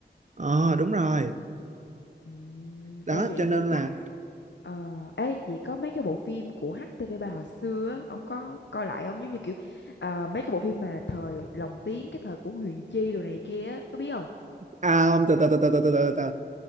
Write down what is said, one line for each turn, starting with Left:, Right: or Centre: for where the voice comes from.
Right: ờ đúng rồi
Left: Ừm,
Right: đó
Left: ê vậy
Right: cho nên
Left: thì chắc
Right: là
Left: ờ, ê vậy có mấy cái bộ phim của htv ba hồi xưa á, ông có coi lại không? Giống như kiểu ờ, mấy cái bộ phim mà thời lồng tiếng cái thời của Huyền Chi đồ này kia á, có biết không?
Right: à, không, từ từ từ từ từ từ từ từ.